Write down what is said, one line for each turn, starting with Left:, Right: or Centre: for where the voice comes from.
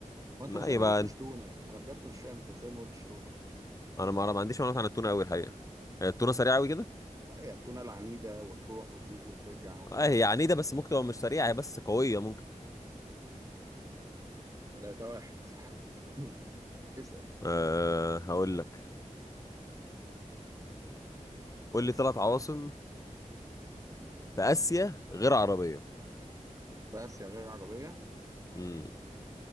Right: وانت
Left: ما
Right: ازاي
Left: يبقى
Right: ما قلتش
Left: انت-
Right: تونه انا بجد مش فاهم انت ازاي ما قلتش تونه
Left: انا ما ما عنديش معلومات عن التونة قوي الحقيقة هي التونة سريعة قوي كده
Right: هي التونه العنيده وتروح وتيجي وترجع وبتاع
Left: اه هي عنيدة بس ممكن تبقى مش سريعة هي بس قوية ممكن
Right: 3 واحد <clears throat> <laughs> اسال
Left: أه هقول لك قول لي ثلاث عواصم في اسيا غير عربية
Right: في اسيا غير عربيه
Left: امم